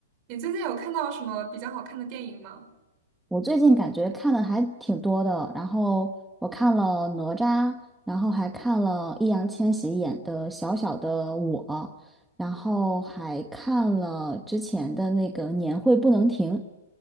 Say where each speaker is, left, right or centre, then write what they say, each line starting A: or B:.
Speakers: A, on the right; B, in the centre.
A: 你最近有看到什么比较好看的电影吗？
B: 我最近感觉看的还挺多的，然后我看了哪吒，然后还看了易烊千玺演的《小小的我》，然后还看了之前的那个《年会不能停》。